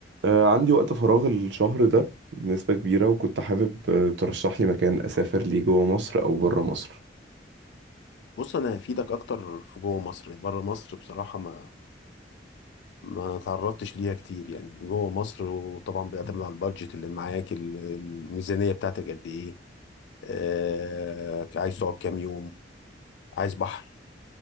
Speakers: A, on the right (about 65°); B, on the left (about 65°).
A: آه، عندي وقت فراغ الشهر ده بنسبة كبيرة وكنت حابب آه، ترشح لي مكان أسافر ليه جوه مصر أو بره مصر
B: بص انا هفيدك اكتر في جوه مصر يعني بره مصر بصراحه ما ما تعرضتش ليها كتير يعني جوه مصر وطبعا بيعتمد على البادجت اللي معاك ال- الميزانيه بتاعتك قد ايه آه عايز تقعد كام يوم عايز بحر